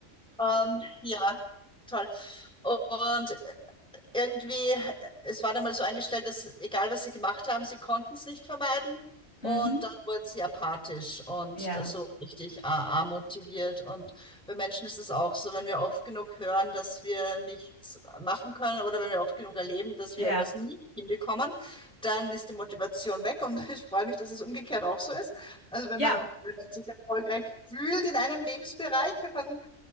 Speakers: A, in the centre; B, on the left.
A: dann, ähm, ja, toll. Und irgendwie, es war dann mal so eingestellt, dass egal was sie gemacht haben, sie konnten es nicht vermeiden.
B: Mhm.
A: Und dann wurden sie apathisch und
B: Ja,
A: das so richtig a- amotiviert. Und bei Menschen ist es auch so, wenn wir oft genug hören, dass wir nichts machen können oder wenn wir oft genug erleben, dass
B: ja.
A: wir irgendwas nie hinbekommen, dann ist die Motivation weg. Und <laughs> ich freue mich, dass es umgekehrt auch so ist. Also wenn
B: Ja,
A: man, wenn man sich erfolgreich fühlt in einem Lebensbereich, dann